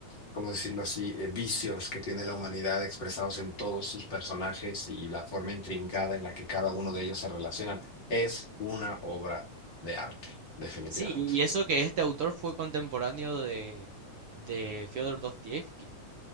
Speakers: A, on the left (about 40°); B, on the right (about 60°).
A: ¿cómo decirlo así?, eh, vicios que tiene la humanidad expresados en todos sus personajes y la forma intrincada en la que cada uno de ellos se relacionan. Es una obra de arte, definitivamente.
B: Sí, y eso que este autor fue contemporáneo de, de Fyodor Dostoyevsky.